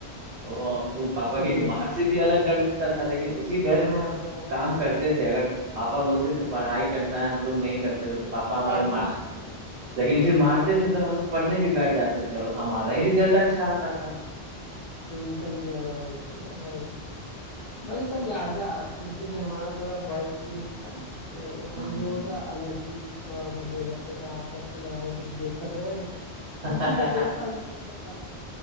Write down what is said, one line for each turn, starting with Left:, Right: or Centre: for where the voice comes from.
Right: वो वो पापा
Left: सही
Right: की
Left: है
Right: मार से भी अलग डर लगता था लेकिन उसी डर
Left: हाँ
Right: में हम लोग वो काम करते थे अगर पापा बोलते थे पढ़ाई करना है हम लोग नहीं करते थे तो पापा हमारे
Left: करना
Right: मारते थे लेकिन फिर मारते थे तो हम लोग पढ़ने भी बैठ जाते थे और हमारा ही रिजल्ट अच्छा आता था
Left: नहीं सही कह रहा भाई सही कह रहा है वही सब यादें आती जैसे कि हमारा पूरा बॉयज स्कूल था तो
Right: हम्म
Left: हम लोगों का अलग ही थोड़ा मजे करते थे आपस में लड़ाई दंगे कर रहे हैं किसी
Right: <laughs>
Left: को कोई फर्क नहीं पड़ा